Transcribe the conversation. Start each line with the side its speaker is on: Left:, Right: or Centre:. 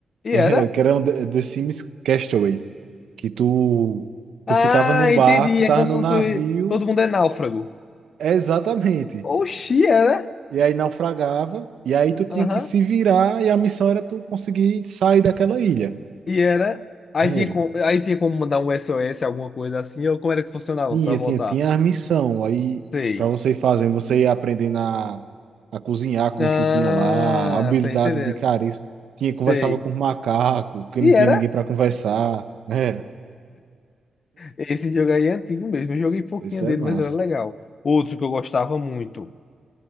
Left: E
Right: Que
Left: era?
Right: é- que era um The The Sims Castaway. Que tu,
Left: Ah,
Right: tu ficava num
Left: entendi.
Right: barco, tu
Left: É
Right: tava
Left: como se
Right: num
Left: fosse.
Right: navio.
Left: Todo mundo é náufrago.
Right: É, Exatamente.
Left: Oxi, era?
Right: E aí naufragava, e aí tu tinha
Left: Aham.
Right: que se virar, e a missão era tu conseguir sair daquela ilha.
Left: E era. Aí
Right: Era.
Left: tinha, com... Aí tinha como mandar um S O S alguma coisa assim, ou como era que funcionava
Right: Tinha,
Left: pra voltar?
Right: tinha, tinha a missão. Aí,
Left: Sei.
Right: para você ir fazendo, você ia aprendendo a, a cozinhar com
Left: Ah,
Right: o que tinha lá, a habilidade
Left: tô entendendo.
Right: de carisma. Tinha,
Left: Sei.
Right: conversava com macaco, que
Left: E
Right: não tinha
Left: era.
Right: ninguém para conversar. né? Era.
Left: Esse jogo aí é antigo mesmo. Eu joguei pouquinho
Right: Isso
Left: dele,
Right: é massa.
Left: mas era legal. Outro que eu gostava muito.